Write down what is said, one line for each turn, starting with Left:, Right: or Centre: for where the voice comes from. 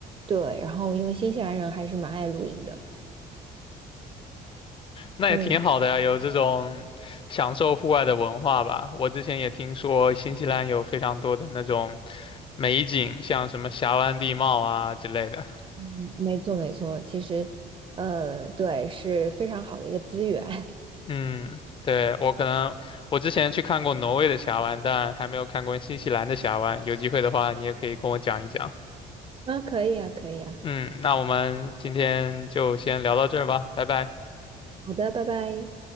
Right: 对，然后因为新西兰人还是蛮爱露营的。
Left: 那也挺好的呀，
Right: 嗯，
Left: 有这种享受户外的文化吧。我之前也听说新西兰有非常多的那种美景，像什么峡湾地貌啊之类的。
Right: 嗯，没错没错，其实，呃，对，是非常好的一个资源。<laughs>
Left: 嗯，对，我可能我之前去看过挪威的峡湾，但还没有看过新西兰的峡湾。有机会的话，你也可以跟我讲一讲。
Right: 啊，可以啊，可以啊，
Left: 嗯，那我们今天就先聊到这儿吧，拜拜。
Right: 好的，拜拜。